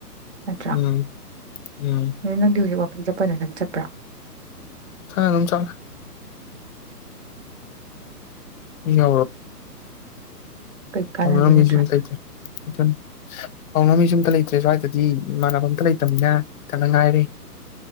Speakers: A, on the right; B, on the left.
A: ꯑꯆꯥꯥ
B: ꯎꯝ ꯎꯝ
A: ꯍꯧ ꯪ ꯆꯠꯄꯅ ꯅꯪ ꯆꯠꯄ꯭ꯔꯥ
B: ꯊꯉ ꯑꯗꯨꯝ ꯆ ꯌꯥ
A: ꯀꯩ ꯀꯥꯟꯅꯅꯤ
B: ꯍꯉ ꯃꯤꯁꯤꯨꯝ
A: ꯅꯠꯇ꯭ꯔꯥ
B: ꯊꯥꯏꯇꯦ ꯑꯗꯨ ꯀꯧꯅ ꯃꯤꯁ ꯑꯝꯇ ꯂꯩꯇ꯭ꯔꯦ ꯁ꯭ꯋꯥꯏꯗꯗꯤ ꯏꯃꯥꯟꯅꯕ ꯑꯝꯇ ꯂꯩꯇꯕꯅꯤꯅ ꯀꯟꯅ ꯉꯥꯏꯔꯦ